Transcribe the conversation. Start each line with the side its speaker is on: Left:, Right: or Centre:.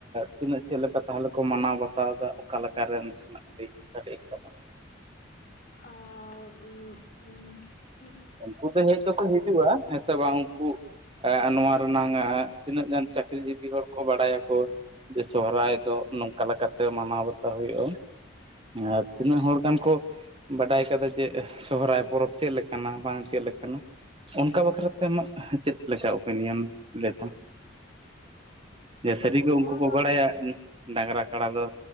Right: ᱛᱤᱱᱟᱹᱜ ᱪᱮᱫ ᱞᱮᱠᱟ ᱛᱟᱦᱚᱞᱮ ᱠᱚ ᱢᱟᱱᱟᱣ ᱵᱟᱛᱟᱣ ᱫᱟ ᱚᱠᱟ ᱞᱮᱠᱟ ᱨᱮᱱ <unintelligible>
Left: ᱟᱻ ᱩᱜ ᱩ
Right: ᱩᱝᱠᱩ ᱠᱚ ᱦᱮᱡ ᱫᱚᱠᱚ ᱦᱤᱡᱩᱜᱼᱟ ᱦᱮᱸ ᱥᱮ ᱵᱟᱝ ᱩᱝᱠᱩ ᱮᱜ ᱱᱚᱣᱟ ᱨᱮᱱᱟᱝ ᱛᱤᱱᱟᱹᱜ ᱜᱟᱱ ᱪᱟᱹᱠᱨᱤ ᱡᱤᱵᱤ ᱦᱚᱲ ᱠᱚ ᱵᱟᱲᱟᱭᱟ ᱠᱚ ᱡᱮ ᱥᱚᱦᱨᱟᱭ ᱫᱚ ᱱᱚᱝᱠᱟ ᱞᱮᱠᱟᱛᱮ ᱢᱟᱱᱟᱣ ᱵᱟᱛᱟᱣ ᱦᱩᱭᱩᱜᱼᱟ ᱟᱨ ᱛᱤᱱᱟᱹᱜ ᱦᱚᱲ ᱜᱟᱱ ᱠᱚ ᱵᱟᱰᱟᱭ ᱠᱟᱫᱟ ᱡᱮ ᱥᱚᱦᱨᱟᱭ ᱯᱚᱨᱚᱵᱽ ᱪᱮᱫ ᱞᱮᱠᱟᱱᱟ ᱵᱟᱝ ᱪᱮᱫ ᱞᱮᱠᱟᱱᱟ ᱚᱱᱠᱟ ᱵᱟᱠᱷᱨᱟᱛᱮ ᱟᱢᱟᱜ ᱪᱮᱫ ᱞᱮᱠᱟ ᱚᱯᱮᱱᱤᱭᱟᱱ ᱞᱟᱹᱭ ᱛᱟᱢ ᱡᱮ ᱥᱟᱹᱨᱤᱜᱮ
Left: ᱱᱚᱣᱟ
Right: ᱩᱱᱠᱩ ᱠᱚ
Left: ᱵᱟ
Right: ᱵᱟᱲᱟᱭᱟ ᱰᱟᱝᱨᱟ ᱠᱟᱲᱟ ᱫᱚ